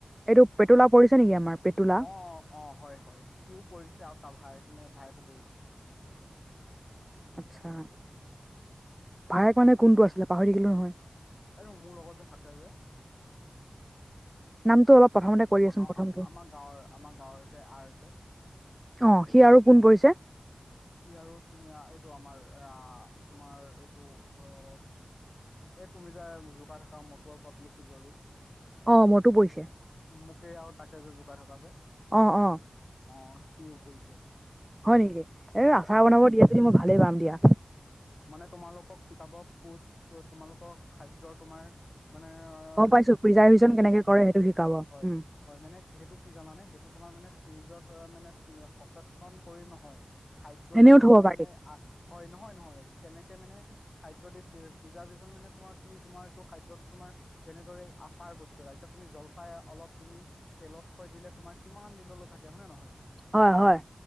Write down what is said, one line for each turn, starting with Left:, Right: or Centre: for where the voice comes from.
Right: এইটো পেতুলা পৰিছে নেকি আমাৰ পেতুলা।
Left: অ অ', হয় হয়, সিও পৰিছে আৰু তাৰ ভায়েক নে ভায়েকো পৰিছে।
Right: আচ্ছা। ভায়েক মানে কোনটো আছিলে? পাহৰি থাকিলো নহয়।
Left: এইটো মোৰ লগত যে থাকে যে।
Right: নামটো অলপ প্ৰথমতে কৈ
Left: আমাৰ
Right: দিয়াচোন? প্ৰথমটো
Left: আমাৰ গাঁৱৰ আমাৰ গাঁৱৰ যে আৰ যে
Right: অ' সি আৰু কোন পৰিছে?
Left: সি আৰু এইটো আমাৰ আহ তোমাৰ এইটো অ এই, তুমি যে জোকাই থাকা, মটু আৰু পটলু কি জৰি।
Right: অ' মটু পৰিছে।
Left: মোকে আৰু তাকে যে জোকাই থাকা যে।
Right: অ', অ'।
Left: অ' সিও পৰিছে।
Right: হয় নেকি? এ, আচাৰ
Left: হয়
Right: বনাব
Left: হয়
Right: দিয়ে যদি মই ভালেই পাম দিয়া।
Left: মানে তোমালোকক শিকাব <unintelligible> তোমালোকৰ খাদ্যৰ তোমাৰ মানে <unintelligible>
Right: গম পাইছো প্ৰিজাৰ্ভেশ্যন কেনেকে কৰে সেইটো শিকাব
Left: হয়, হয়।
Right: উম
Left: হয় মানে, সেইটো কি জানানে? সেইটো তোমাৰ মানে ফ্ৰিজত মানে সচেতন কৰি নহয় খাদ্য
Right: এনেও
Left: দি পেলাই
Right: থব
Left: তোমাৰ
Right: পাৰি
Left: মানে, হয় নহয় নহয়, কেনেকে মানে খাদ্য, দিদাৰভিজন মানে তোমাৰ কি তোমাৰ এইটো খাদ্যটো তোমাৰ তেনেদৰে আচাৰ বস্তু এটা এতিয়া তুমি জলফাই অলপ তুমি তেলত থৈ দিলে তোমাৰ কিমান দিনলৈ থাকে হয়নেে নহয়
Right: হয় হয়